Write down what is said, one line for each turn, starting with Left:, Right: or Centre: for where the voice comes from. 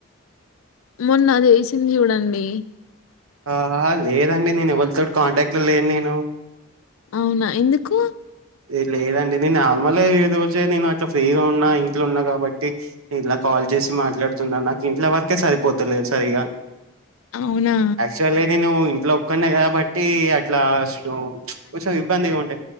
Left: మొన్న చేసింది చూడండి
Right: ఆ లేదండి నేను ఎవరితోటి కాంటాక్ట్ లో లేను నేను
Left: అవునా ఎందుకు
Right: ఏ లేదండి నేను నార్మల్ ఈ రోజే నేను అట్లా ఫ్రీగా ఉన్నా ఇంట్లో ఉన్నా కాబట్టి ఇలా కాల్ చేసి మాట్లాడుతున్నా నాకు ఇంట్ల వరకే సరిపోతలేదు సరిగా
Left: అవునా
Right: యాక్చువల్లీ నేను ఇంట్లో ఒక్కడినే కాబట్టి అట్లా ఉ కొంచెం ఇబ్బంది గా ఉండే